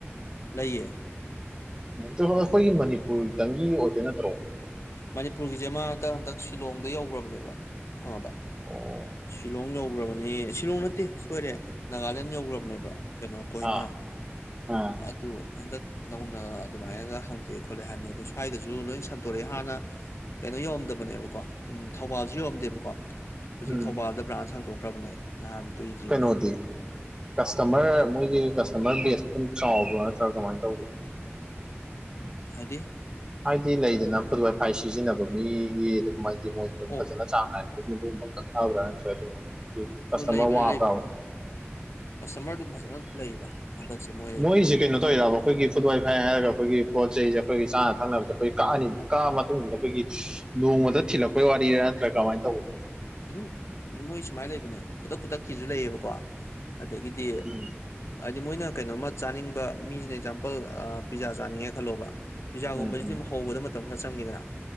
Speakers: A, on the left; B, on the right.
A: ꯂꯩꯌꯦ
B: ꯎꯝ ꯑꯩꯈꯣꯏꯒꯤ ꯃꯅꯤꯄꯨꯔꯗꯪꯒꯤ ꯑꯣꯏꯗꯣꯏ ꯅꯠꯇ꯭ꯔꯣ
A: ꯃꯅꯤꯄꯨꯔꯒꯤꯁꯦ ꯃꯥ ꯍꯟꯗꯛ ꯍꯟꯇꯛ ꯁꯤꯂꯣꯡꯗ ꯌꯧꯈ꯭ꯔꯕꯅꯦꯕ ꯈꯉꯕ
B: ꯑꯣ
A: ꯁꯤꯂꯣꯡꯅ ꯌꯧꯈ꯭ꯔꯕꯅꯤ ꯁꯤꯂꯣꯡ ꯅꯠꯇꯦ ꯁꯣꯏꯔꯦ ꯅꯥꯒꯥꯂꯦꯟ ꯌꯧꯈ꯭ꯔꯕꯅꯦꯕ ꯀꯩꯅꯣ ꯀꯣꯏꯃ
B: ꯑꯥ ꯑꯥ
A: ꯑꯗꯨ ꯍꯟꯗꯛ ꯅꯧꯅ ꯑꯗꯨꯃꯥꯏꯅꯒ ꯍꯪꯇ꯭ꯔꯦ ꯈꯣꯠꯂꯦ ꯍꯥꯏꯕꯅꯤ ꯑꯗꯣ ꯁ꯭ꯋꯥꯏꯗꯁꯨ ꯂꯣꯏ ꯁ ꯇꯣꯔꯦ ꯍꯥꯟꯅ ꯀꯩꯅꯣ ꯌꯧꯔꯝꯗꯕꯅꯦꯕꯀꯣ ꯎꯝ ꯊꯧꯕꯥꯜꯁꯨ ꯌꯧꯔꯝꯗꯦꯕꯀꯣ ꯍꯧꯖꯤꯛ
B: ꯎꯝ
A: ꯊꯧꯕꯥꯜꯗ ꯕ꯭ꯔꯥꯟꯁ ꯍꯥꯡꯇꯣꯛꯈ꯭ꯔꯕꯅꯦ ꯅꯍꯥꯟ ꯀꯨꯏꯗ꯭ꯔꯤꯕꯅꯦ
B: ꯀꯩꯅꯣꯗꯤ ꯀꯁꯇꯃꯔ ꯃꯣꯏꯒꯤ ꯀꯁꯇꯃꯔ ꯕꯦꯁ ꯑꯗꯨꯝ ꯆꯥꯎꯕ꯭ꯔꯥ ꯅꯠꯇ꯭ꯔꯒ ꯀꯃꯥꯏꯅ ꯇꯧꯒꯦ
A: ꯍꯥꯏꯗꯤ
B: ꯍꯥꯏꯗꯤ ꯂꯩꯗꯅ ꯐꯨꯠ ꯋꯥꯏꯐꯥꯏ ꯁꯤꯖꯤꯟꯅꯕ ꯃꯤꯒꯤ ꯑꯗꯨꯝ ꯍꯥꯏꯗꯤ ꯃꯣꯏ ꯑꯗꯨꯝ
A: ꯑꯣ
B: ꯐꯖꯅ ꯆꯥꯡ ꯅꯥꯏ ꯑꯗꯨꯒꯕ ꯀꯛꯕ꯭ꯔꯥ ꯅꯠꯇ꯭ꯔ ꯑꯗꯨꯝ
A: ꯑꯣ
B: ꯀꯁꯇꯃꯔ
A: ꯂꯩꯕꯅꯦ
B: ꯋꯥꯕ꯭ꯔꯥꯕ
A: ꯂꯩꯕꯅꯦ ꯀꯁꯇꯃꯔ ꯑꯗꯨꯝ ꯐꯖꯅ ꯂꯩꯌꯦꯕ ꯍꯟꯗꯛꯁꯦ ꯃꯣꯏ
B: ꯃꯣꯏꯁꯦ ꯀꯩꯅꯣ ꯇꯧꯕ ꯑꯩꯈꯣꯏꯒꯤ ꯐꯨꯠꯋꯥꯏ ꯐꯥꯏ ꯍꯥꯏꯔꯒ ꯑꯩꯈꯣꯏꯒꯤ ꯄꯣꯠ ꯆꯩꯁꯦ ꯑꯩ ꯆ ꯈꯪꯅꯕꯗ ꯑꯩꯈꯣꯏ ꯀꯛꯑꯅꯤꯅ ꯀꯛꯑ ꯃꯇꯨꯡꯁꯤꯗ ꯑꯩꯈꯣꯏꯒꯤ ꯅꯣꯡꯃꯗ ꯊꯤꯜꯂꯛꯄꯩ ꯋꯥꯔꯤꯔꯥ ꯅꯠꯇ꯭ꯔꯒ ꯀꯃꯥꯏꯅ ꯇꯧꯕ
A: ꯑꯗꯨꯝ ꯃꯣꯏ ꯁꯨꯃꯥꯏꯅ ꯂꯩꯕꯅꯦ ꯈꯨꯗꯛ ꯈꯨꯗꯛꯀꯤꯁꯨ ꯂꯩꯌꯦꯕꯀꯣ ꯀꯣ ꯑꯗꯒꯤꯗꯤ
B: ꯎꯝ
A: ꯍꯥꯏꯗꯤ ꯃꯣꯏꯅ ꯀꯩꯅꯣꯝꯃ ꯆꯥꯅꯤꯡꯕ ꯃꯤꯁꯤꯅ ꯑꯦꯛꯖꯥꯝꯄꯜ ꯄꯤꯖꯥ ꯆꯥꯅꯤꯡꯉꯦ ꯈꯜꯂꯣꯕ ꯄꯤꯖꯥꯒꯨꯝꯕꯁꯤꯗꯤꯝ
B: ꯎꯝ ꯎꯝ
A: ꯍꯧꯕꯗ ꯃꯇꯝ ꯈꯔ ꯆꯪꯉꯤꯗꯅ